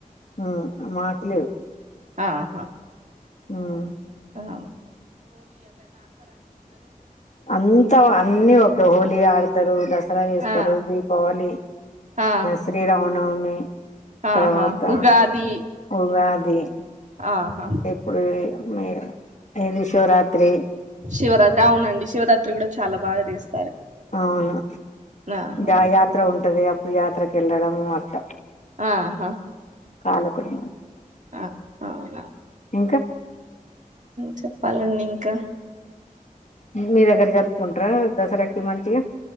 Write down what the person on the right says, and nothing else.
అహ
ఉ
ఆ
ఆ
ఆహా
ఉగాది
ఆహా
శివరాత్రి అవునండి శివరాత్రి కూడా చాలా బాగా తీస్
ఆహా
ఆహా
ఆ అవునా
చెప్పాలండి ఇంక